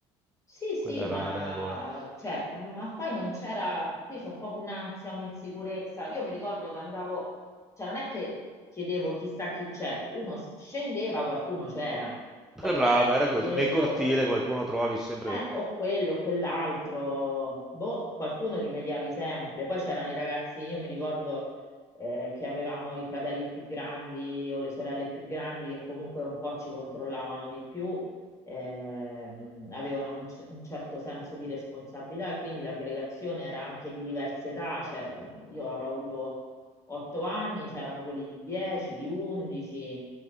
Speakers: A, on the left; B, in the centre.
A: Sì, sì,
B: Quella era
A: ma,
B: la regola.
A: cioè, ma poi non c'era, qui c'è proprio un'ansia, un'insicurezza. Io mi ricordo che andavo, cioè non è che chiedevo chissà chi c'è, uno s- scendeva, qualcuno c'era,
B: <laughs>
A: poi poteva
B: Brava,
A: essere
B: era così.
A: quello,
B: Nel cortile
A: o
B: qualcuno trovavi sempre.
A: Eh, o quello, o quell'altro, boh, qualcuno rimediavi sempre. Poi c'erano i ragazzi, io mi ricordo eh, che avevamo i fratelli più grandi o le sorelle più grandi che comunque un po' ci controllavano di più, ehm, avevano un, c- un certo senso di responsabilità e quindi l'aggregazione era anche di diverse età, cioè io avrò avuto otto anni, c'erano quelli di 10, di 11.